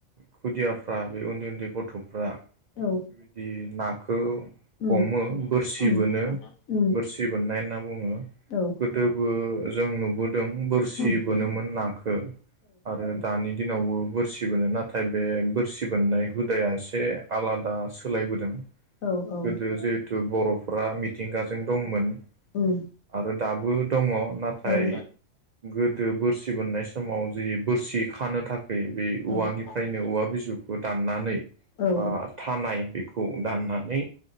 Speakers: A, on the right; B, on the left.
A: खुदिया फ्रा बे उन्दै उन्दै गथ'फ्रा बिबायदि
B: औ
A: नाखौ
B: उम
A: हमो बोरसि
B: उम
A: बोनो
B: उम
A: बोरसि बोननाय होनना बुङो
B: औ
A: गोदोबो जों नुबोदों बोरसि
B: उम
A: बोनोमोन
B: औ
A: नाखो आरो नावबो बोरसि बोनो नाथ थाय बे बोरसि बोननाय हुदाया एसे आलादा सोलायबोदों
B: औ उम
A: गोदो जिहेथु बर' फ्रा मिथिंगाजों दंमोन
B: उम
A: आरो दाबो दङ नाथाय
B: औ उम
A: गोदो बोरसि बोननाय समाव जि बोरसि खानो थाखाय बे
B: उम
A: औवानिफ्रायनो औवा बिजौखौ दाननानै
B: औ उम
A: बा थानाय बे खौ दान्नानै